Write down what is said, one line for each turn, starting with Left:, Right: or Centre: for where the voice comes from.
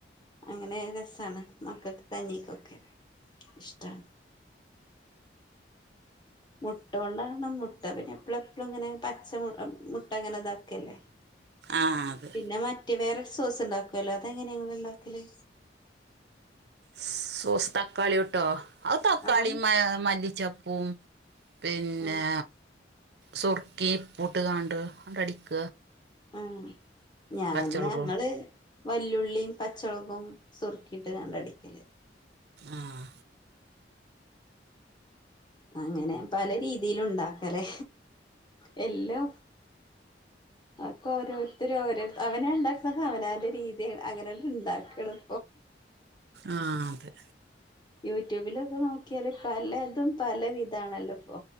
Left: അങ്ങനെ രസാണ് മക്കക്ക് കഞ്ഞിക്കൊക്കെ ഇഷ്ടാ മുട്ടോണ്ടാകണം മുട്ട പിന്നെപ്പളെപ്പളും ങ്ങനെ പച്ച മുട്ട ങ്ങനെ താക്കല്ലേ
Right: ആഹ് അത്
Left: പിന്നെ മറ്റേ വേറൊരു സോസ് ണ്ടാക്കുവോലോ അതെങ്ങനെങ്ങള് ണ്ടാക്കല്
Right: സോസ് തക്കാളിയോട്ടോ അത് തക്കാളി
Left: ആഹ്
Right: മ മല്ലിച്ചപ്പും പിന്നെ
Left: ആഹ്
Right: സുർക്കിം പ്പുട്ട്ങ്ങാണ്ട് പടിക്ക
Left: ഉം ഞാന്
Right: പച്ചമുളകും
Left: ഞങ്ങള് വല്ലുള്ളീം പച്ചൊളകിം സുർക്കിട്ട്ങ്ങാണ്ടടിക്ക
Right: ആഹ്
Left: അങ്ങനെ പല രീത്തിലുണ്ടാക്കലേ യെല്ലോ അതൊക്കോരോര്ത്തരോരോ അവനണ്ടാക്ക്‌ണതവനാന്റെ രീതി അങ്ങനങ്ങട്ട് ണ്ടാക്കണം
Right: ആഹ് അതെ
Left: യൂട്യൂബിലൊക്കെ നോക്കിയാല് പലതും പല വിധാണല്ലോപ്പൊ